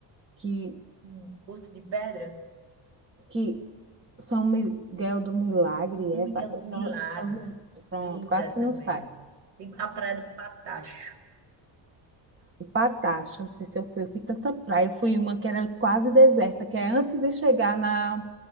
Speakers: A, on the right; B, on the right.
A: Que,
B: Hum, Porto de Pedra.
A: que São Miguel do Milagre,
B: São
A: é?
B: Miguel
A: Pa-
B: dos
A: São,
B: Milagres,
A: São, Mis- pronto,
B: linda
A: quase que
B: também.
A: não sai.
B: Tem a Praia do Patacho,
A: O Patacho, não sei se eu fui. Eu fui tanta praia. Eu fui uma que era quase deserta, que é antes de chegar na